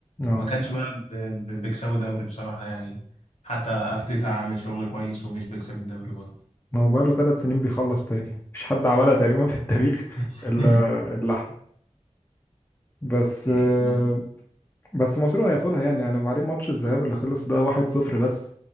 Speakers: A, on the left; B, on the left.
A: ما
B: اه
A: كانش بقى ب- ب- بيكسبوا دوري بصراحه يعني حتى ارتيتا عامل شغل كويس ومش بيكسب الدوري برضه
B: ما هو بقاله ثلاث سنين بيخلص تاني مفيش حد عملها تقريبا في التاريخ
A: <laughs>
B: الا الا احنا بس
A: <laughs>
B: آه، بس مصر هياخدها يعني يعني بعدين ماتش الذهاب اللي خلص ده 1-0 بس